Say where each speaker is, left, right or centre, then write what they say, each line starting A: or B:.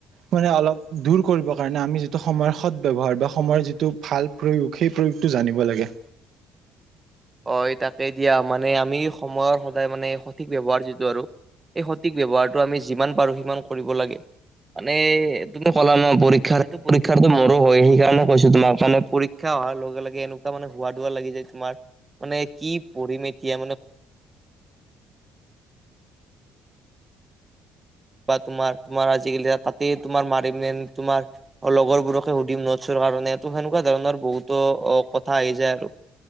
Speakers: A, on the right; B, on the right.
A: পৰা অলপ দূৰ কৰিবৰ কাৰণে আমি যিটো সময়ৰ সদ ব্যয়ৱহাৰ বা সময়ৰ যিটো ভাল প্ৰয়োগ সেই প্ৰয়োগটো জানিব লাগে
B: হয় তাকে দিয়া মানে আমি সময়ৰ সদায় মানে সঠিক ব্যৱহাৰ যিটো আৰু এই সঠিক ব্যৱহাৰটো আমি যিমান পাৰো সিমান কৰিব লাগে মানে তুমি কলা ন পৰীক্ষাৰ সেইটো পৰীক্ষাৰটো মৰো হয় সেইকাৰণে কৈছো তোমাক মানে পৰী ক্ষাৰ হোৱা লগে লগে এনেকুৱা মানে হোৱা-দোৱা লাগি যাই তোমাৰ মানে কি পঢ়িম এতিয়া মানে বা তোমাৰ তোমাৰ আজিকালি তাতে তোমাৰ মাৰিম মেন তোমাৰ লগৰবোৰকে সুধিম নটছৰ কাৰনে সেনেকুৱা ধৰণৰ বহুতো অ কথা আহি যায় আৰু